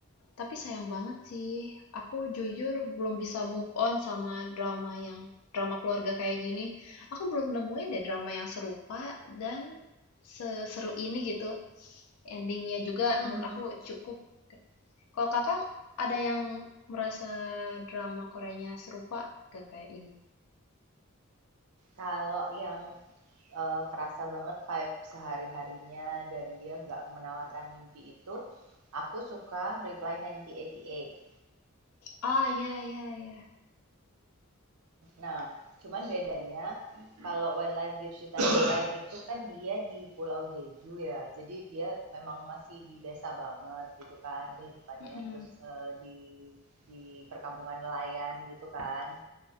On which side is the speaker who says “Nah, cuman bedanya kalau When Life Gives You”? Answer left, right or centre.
Right